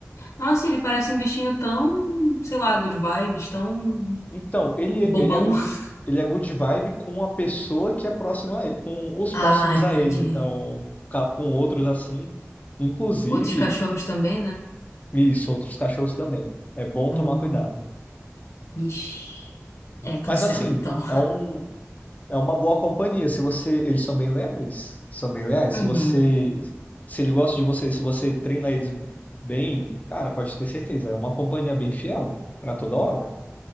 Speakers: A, on the left; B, on the left.
A: Nossa, ele parece um bichinho tão, sei lá, good vibes, tão
B: Então, ele,
A: bobão.
B: ele é good,
A: <laughs>
B: ele é good vibe com a pessoa que é próxima a ele, com os
A: Ah,
B: próximos
A: entendi.
B: a ele, então, ca- com outros assim, inclusive,
A: Outros cachorros também, né?
B: isso, outros cachorros também. É bom
A: Hum,
B: tomar cuidado.
A: ixi. É, cancela
B: Mas assim,
A: então.
B: é um, é uma boa companhia. Se você, eles são bem leais, são bem leais.
A: Uhum.
B: Se você, se ele gosta de você, se você treina eles bem, cara, pode ter certeza, é uma companhia bem fiel para toda hora.